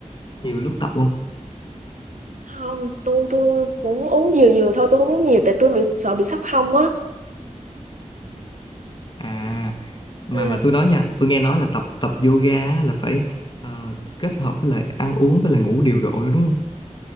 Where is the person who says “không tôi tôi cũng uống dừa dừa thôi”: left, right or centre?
Right